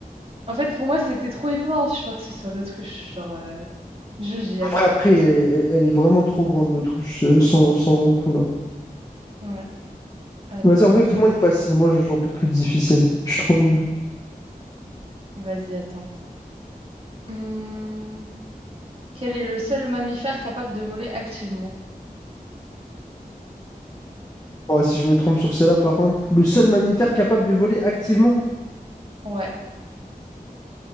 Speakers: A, on the right (about 40°); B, on the left (about 25°).
A: En fait, pour moi, c'était trop évident, je crois que ce soit l'autruche. Genre, euh, je, j'y
B: En
A: avais
B: vrai,
A: pas
B: après,
A: pensé.
B: elle, elle est vraiment trop grande, l'autruche, euh, sans, sans long coup, là.
A: Ouais, attends,
B: Vas-y, en vrai, fais-moi une facile. Moi, j'en peux plus de difficile. Je suis trop nul.
A: vas-y, attends. Hmm, Quel est le seul mammifère capable de voler activement?
B: Oh, si je me trompe sur celle-là, par contre, le seul mammifère capable de voler activement.
A: Ouais,